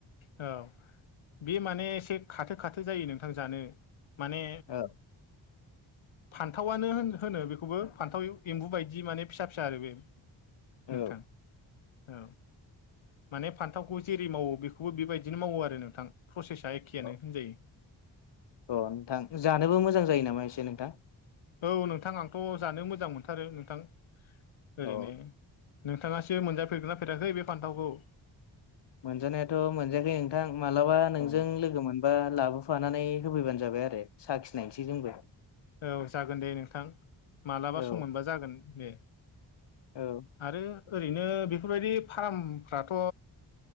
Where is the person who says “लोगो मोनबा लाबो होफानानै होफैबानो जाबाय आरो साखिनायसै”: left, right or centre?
Left